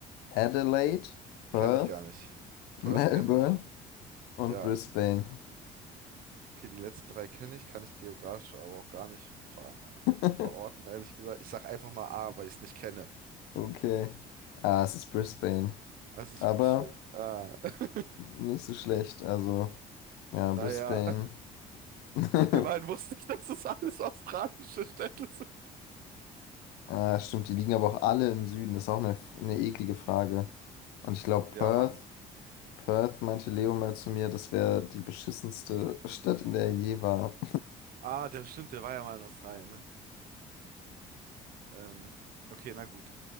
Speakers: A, on the left; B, on the right.
A: Adelaide, Perth,
B: Kenne ich gar nicht. Perth
A: Melbourne
B: kenne ich.
A: und
B: Ja.
A: Brisbane.
B: Okay, die letzten drei kenne ich, kann ich geografisch aber auch gar nicht ver
A: <laughs>
B: verorten, ehrlich gesagt. Ich sag einfach mal A, weil ich es nicht kenne.
A: Okay. Ah, es ist Brisbane.
B: Also es
A: Aber
B: ist Brisbane. Ah, <laughs>
A: nicht so schlecht. Also, ja,
B: naja,
A: Brisbane. <laughs>
B: <laughs> immerhin wusste ich, dass es alles australische Städte sind.
A: Ah, stimmt, die liegen aber auch alle im Süden. Das ist auch eine, eine eklige Frage. Und ich glaube,
B: Ja,
A: Perth
B: Mann.
A: Perth meinte Leo mal zu mir, das wäre die beschissenste Stadt, in der er je war.
B: Ah, der stimmt, der war ja mal in Australien, ne? Ähm, okay, na gut.